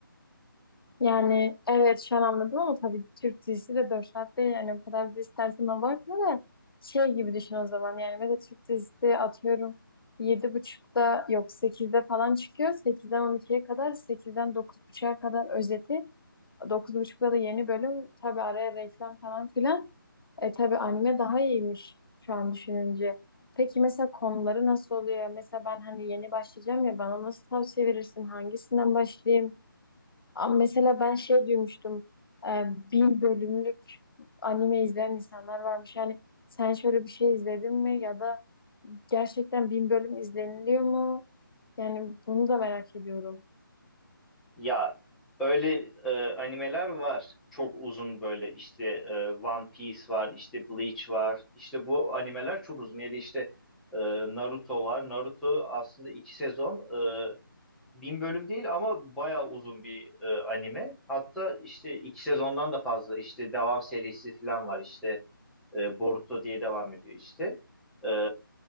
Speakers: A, on the left; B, in the centre.
A: Yani evet şu an anladım ama tabii Türk dizisi de 4 saat değil. Yani o kadar da istersen ona bakma da şey gibi düşün o zaman. Yani mesela Türk dizisi atıyorum yedi buçukta yok sekizde falan çıkıyor. 8'den ikiye kadar sekizden dokuz 9.30'a kadar özeti. dokuz buçukta da yeni bölüm tabii araya reklam falan filan. E tabii anime daha iyiymiş şu an düşününce. Peki mesela konuları nasıl oluyor? Mesela ben hani yeni başlayacağım ya bana nasıl tavsiye verirsin? Hangisinden başlayayım? Ama Mesela ben şey duymuştum. e, bin bölümlük anime izleyen insanlar varmış. Yani sen şöyle bir şey izledin mi ya da gerçekten bin bölüm izleniliyor mu? Yani bunu da merak ediyorum.
B: Ya öyle e, animeler var. Çok uzun böyle işte e, One Piece var, işte Bleach var. İşte bu animeler çok uzun. Ya da işte e, Naruto var. Naruto aslında iki sezon. e, bin bölüm değil ama bayağı uzun bir e, anime. Hatta işte iki sezondan da fazla işte devam serisi falan var. İşte e, Boruto diye devam ediyor işte. E,